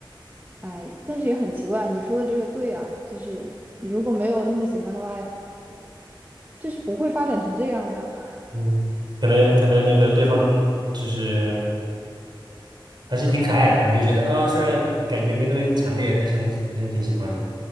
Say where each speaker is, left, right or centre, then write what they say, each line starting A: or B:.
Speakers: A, on the right (about 20°); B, on the right (about 55°).
A: 哎，但是也很奇怪，你说的这个对啊，就是你如果没有那么喜欢的话，就是不会发展成这样的呀。
B: 嗯，可能可能那个对方就是还是挺可爱的，你就觉得啊、虽然感觉没那么强烈，但是还是还是挺喜欢的。